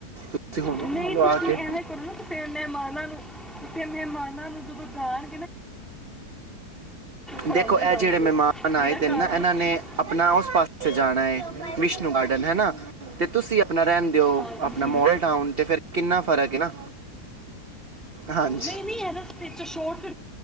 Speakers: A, on the right; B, in the centre.
A: ਤੁਸੀਂ ਹੁਣੇ
B: ਨਹੀਂ
A: ਖਾ ਲਓ
B: ਤੁਸੀਂ
A: ਆ ਕੇ
B: ਐਵੇਂ ਕਰੋ ਨਾ ਕਿਸੇ ਮਹਿਮਾਨਾਂ ਨੂੰ ਕਿਸੇ ਮਹਿਮਾਨਾਂ ਨੂੰ ਸਬੁ ਜਾਾਰ ਛੜਾਉਂਦੇ
A: ਦੇਖੋ ਇਹ
B: ਜਾਣਗੇ
A: ਜਿਹੜੇ ਮਹਿਮਾਨ ਆਏ
B: ਮੇਰਾ
A: ਤੇ
B: ਘਰ
A: ਨਾ ਇਹਨਾਂ
B: ਰਸਤੇ
A: ਨੇ ਆਪਣਾ ਉਸ ਪਾਸੇ ਜਾਣਾ ਹੈ ਵਿਸ਼ਨੂੰ ਗਾਰਡਨ ਹੈਾ ਤੇ ਤੁਸੀਂ ਆਪਣਾ ਰਹਿੰਦੇ ਹੋ
B: ਹਾਂਜੀ
A: ਆਪਣਾ ਮੋਲ ਡਾਨ ਤੇ ਫਿਰ ਕਿੰਨਾ ਫਰਕ ਹੈ ਨਾ ਹਾਂਜੀ
B: ਨਹੀਂ ਨਹੀਂ ਹੈ ਨਾ ਸ਼ੋਟ